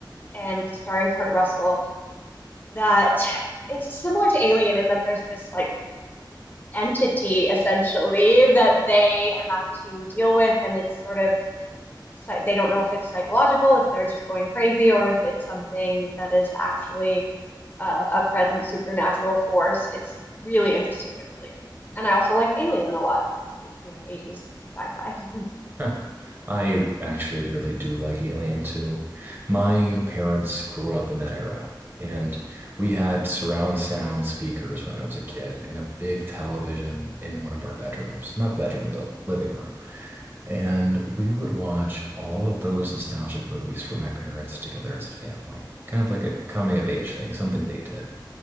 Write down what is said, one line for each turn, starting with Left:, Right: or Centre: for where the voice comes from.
Left: and starring Kurt Russell, that it's similar to Alien in that there's this like entity essentially that they have to deal with, and it's sort of they don't know if it's psychological, if they're just going crazy, or if it's something that is actually uh, a present supernatural force. It's really interesting and really good. And I also like Alien a lot, speaking of 80s sci-fi. <laughs>
Right: <laughs> Huh. I actually really do like Alien too. My parents grew up in that era, and we had surround sound speakers when I was a kid and a big television in one of our bedrooms, not the bedroom, the living room. And we would watch all of those nostalgic movies for my parents together as a family, kind of like a coming of age thing, something they did.